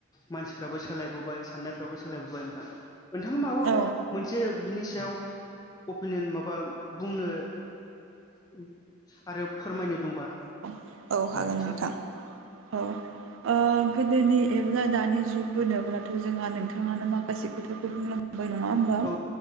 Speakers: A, on the left (about 15°); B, on the right (about 70°).
A: मानसिफ्राबो सोलायबोबाय साननायफ्राबो सोलायबोबाय नोंथां। ओन थाङा माबा
B: औ
A: मोनसे बिनि सायाव अपिनिन माबा बुंनो उम आरोब फोरमायनो दंबा
B: औ हागोन
A: एसे
B: नोंथां औ औ गोदोनि दानि जुग होनोनोब्लाथ' जोंहा नोंथाङानो माखासे खोथाखौ बुंलां खाबाय नङा होमबा
A: औ